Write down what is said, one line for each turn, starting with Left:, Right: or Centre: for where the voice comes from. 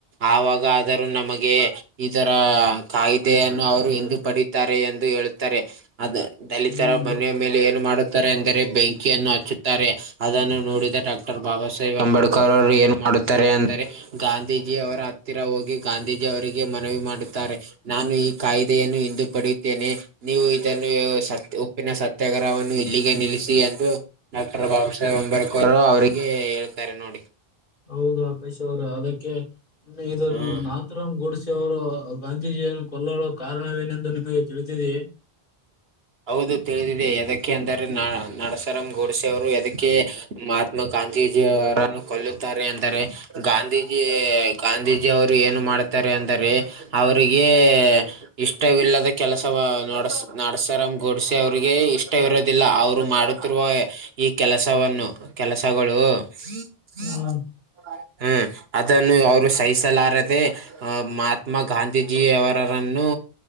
Right: ಆವಾಗ ಆದರೂ ನಮಗೆ. ಇದರ ಕಾಯ್ದೆಯನ್ನು ಅವರು ಹಿಂದು ಪಡೆಯುತ್ತಾರೆ ಎಂದು ಹೇಳುತ್ತಾರೆ ಅದು ದಲಿತ್
Left: ಹ್ಮ್
Right: ತರ ಮನೆಯ ಮೇಲೆ ಏನು ಮಾಡುತ್ತಾರೆ ಅಂದರೆ ಬೆಂಕಿಯನ್ನು ಹಚ್ಚುತ್ತಾರೆ ಅದನ್ನು ನೋಡಿದ ಡಾ ಕ್ಟರ್ ಬಾಬಾ ಸಾಹೇಬ್ ಅಂಬೇಡ್ಕರ್ ಅವರು ಏನ್ ಮಾಡುತ್ ತೆರೆ ಅಂದರೆ ಗಾಂಧೀಜಿ ಅವರ ಹತ್ತಿರ ಹೋಗಿ
Left: ಗಾಂಧೀಜಿಯವರಿಗೆ
Right: ಗಾಂಧೀಜಿ ಅವರಿಗೆ
Left: ನಾನು
Right: ಮನವಿ ಮಾಡುತ್ತಾರೆ. ನಾನು ಈ ಕಾಯ್ದೆಯನ್ನು ಹಿಂದು ಪಡೆಯುತ್ತೇನೆ ನೀವು ಇದನ್ನು ಸತ್ ಪ್ಪಿನ ಸತ್ಯಾಗರವನ್ನು ಇಲ್ಲಿಗೆ ನಿಲ್ಲಿಸಿ ಎಂದು. ಡಾಕ್ಟರ್ ಬಾಬಾ ಸಾಹೇಬ್ ಅಂಬೇಡ್ಕರ್ ಅವ್ರಿಗೆ ಹೇಳ್ತತ್ತಾರೆ ನೋಡಿ.
Left: ಹೌದು ಅಕಾಶ್ ಅವ್ರ ಅದಕ್ಕೆ ಇದನ್ನು
Right: ಹ್ಮ್
Left: ನಾ ನಾತರಾಮ್ ಗೋಡಿಸೆ ಅವರು ಗಾಂಧೀಜಿಯರನ್ನು ಕೊಲ್ಲಲು ಕಾರಣವೇನೆಂದು ನಿಮಗೆ ತಿಳಿದಿದೆಯೇ.
Right: ಹೌದು ತಿಳಿದಿದೆ
Left: ಇದಕ್ಕೆ ನಾನು ನಾಥರಾಮ್
Right: ಯದಕ್ಕೆ ಅಂದರೆ ನ ನರಸರಾಮ್ ಗೋಡಸೆ ಅವರು
Left: ಗೋಡ್ಸೆ
Right: ಯದಕ್ಕೆ ಮಾ ತ್ಮ ಗಾಂಧೀಜಿಯವರನ್ನು
Left: ಅವರು ಅದಕ್ಕೆ ಮಹಾತ್ಮ
Right: ಕೊಲ್ಲುತ್ತಾರೆ ಎಂದರೆ.
Left: ಗಾಂಧೀಜಿಯವರ
Right: ಗಾಂಧೀಜಿ ಗಾಂಧೀಜಿ ಅವರು ಏನು ಮಾಡುತ್ತಾರೆ ಅಂದರೆ. ಅವರಿಗೆ ಇಷ್ಟವಿಲ್ಲದ ಕೆಲಸವ ನಡಸ್ ನಡಸ್ ತರಮ್ ಗೋಡಿಸಿ ಅವರಿಗೆ ಇಷ್ಟವಿರೋದಿಲ್ಲ ಅವ್ರು ಮಾಡುತ್ತಿರುವ ಈ ಕೆಲಸವನ್ನು. ಕೆಲಸಗಳು. <unintelligible>
Left: ಹ್ಮ್
Right: ಹ್ಮ್ ಅದನ್ನು ಅವರು ಸಹಿಸಲಾರದೆ ಮಾತ್ ತ್ಮ ಘಾಂಧೀಜಿ ಅವರರನ್ನು